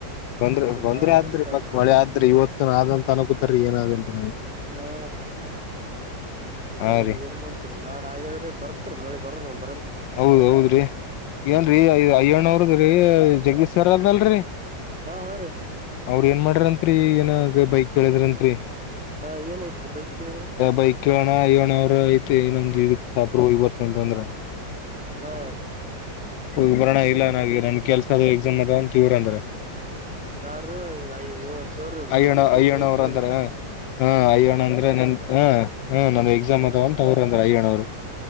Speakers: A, on the left; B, in the centre.
A: ಬಂದ್ರ ಬಂದ್ರ
B: ಬಾಳ್
A: ಆದ್ರಿ
B: ಬೆಸ್ಟ್ ಆತ್ರಿ
A: ಮತ್ತ್ ಮಳೆ ಆದ್ರಿ ಇವತ್ತು ಆದಂತ ಅನಕೂತಾರ ಏನಾದ ತೆಂತನಿ
B: ಹಾ
A: ಹಾ
B: ಎಲ್ಲ
A: ರೀ
B: ಏನ್ ಮಾಡ್ತಾರೆ ಮಾಡ ಹಾಗಾದ್ರೆ ಬರ್ತ್ರಿ ಮೋಳಿ ಬರ್ರರಿ ಉಂಟು
A: ಹೌದ್ೌದ್ರಿ ಏನ್ರೀ ಅಯ್ಯಣ ಅವ್ರದ್ರೀ ಜಗೀಶ್ರ್ ಅಲ್ದಲ್ರರಿ
B: ಹಾ ಹಾ ರೀ
A: ಅವ್ರ ಏನ್ ಮಾಡ್ರಂತ್ರಿ ಏನಾಗ ಬೈಕ್ ಕೇಳಿದ್ರಂರಿ
B: ಹಾ ಏನೈತ್ರಿ ಬೈಕ್ ಕೇಳಿದ್ರಿ
A: ಬೈಕ್ ವೇಣ ಐೇಣ ಅವರ ಮತ್ತೆಏ ನಂದ್ ಇದಕ್ ಸಾಪ್ರ ಹೋಗಿ ಬರ್ತ ಅಂತ ಅಂದ್ರ
B: ಹಾ
A: ಹ ಬರೋಣ ಇಲ್ಲ
B: ಏನ್
A: ನನಗೆ ನನ್ ಕೆಲ್ಸ ಆದ ಎಕ್ಸಾಮ್ ಅದ ಒ ಇವ್ರ ಅಂದ್ರೆ.
B: ಯಾರು sir
A: Ayyanna
B: Jagadish sir
A: Ayyanna
B: bike
A: ಅವ್ರ
B: ಕೇಳರು.
A: ಅಂದ್ರ ಹಾ ಅಯ್ಯರಣ್ಣ ಅಂದ್ರೆ ನನ್ ಹ ಹ ನನ್ ಎಕ್ಸಾಮ್
B: ಹಾ
A: ಅದಂತಗ್ರ ಅಂದ್ರ ಅಯ್ಯರಣ ಅವ್ರು.